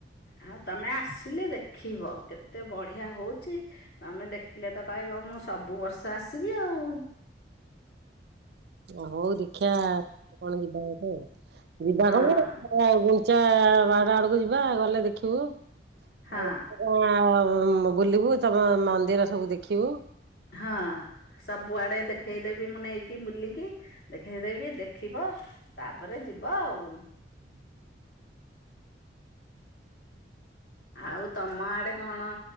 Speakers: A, on the left; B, on the right.
A: ଆଉ ତମେ ଆସିଲେ ଦେଖିବ କେତେ ବଢିଆ ହଉଚି। ତମେ ଦେଖିଲେ ତ କହିବ ମୁଁ ସବୁ ବର୍ଷ ଆସିବି ଆଉ।
B: ଓ ହଉ ଦେଖିଆ କଣ ଯିବା ଗୋଟେ ଆଉ ଯିବା
A: ହଁ
B: କଣ ଆ ଗୁଣ୍ଡିଚା ବାହୁଡା ଆଡକୁ ଯିବା ଗଲେ ଦେଖିବୁ ଆଉ।
A: ହଁ
B: ଓ ଆଉଁ ଆଉଁ ବୁଲିବୁ ତମ ମନ୍ଦିର ସବୁ ଦେଖିବୁ।
A: ହଁ ସବୁଆଡେ ଦେଖେଇ ଦେବି ମୁଁ ନେଇକି ବୁଲେଇକି ଦେଖେଇ ଦେବି ଦେ ଖିବ ତାପରେ ଯିବ ଆଉ।
B: ହୁଁ
A: ଆଉ ତମ ଆଡେ କଣ